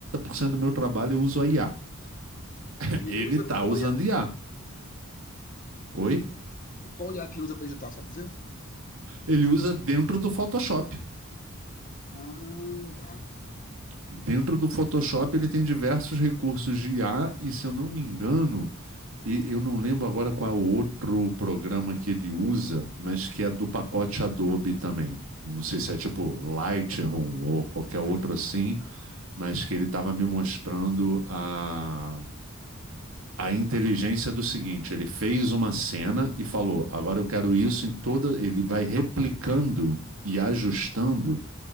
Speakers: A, on the right; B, on the left.
A: cento do meu trabalho eu uso a IA. <laughs>
B: E
A: Ele
B: ele usa
A: está
B: qual
A: usando
B: IA,
A: IA. Oi?
B: qual IA que ele usa para editar, sabe dizer?
A: Ele usa dentro do Photoshop.
B: Ah, tá.
A: Dentro do Photoshop ele tem diversos recursos de IA e se eu não me engano, E eu não lembro agora qual é o outro programa que ele usa, mas que é do pacote Adobe também. Não sei
B: Hum.
A: se é tipo Lightroom ou qualquer outro assim, mas que ele estava me mostrando a, a inteligência do seguinte: ele fez uma cena e falou, agora eu quero isso em toda. Ele vai replicando e ajustando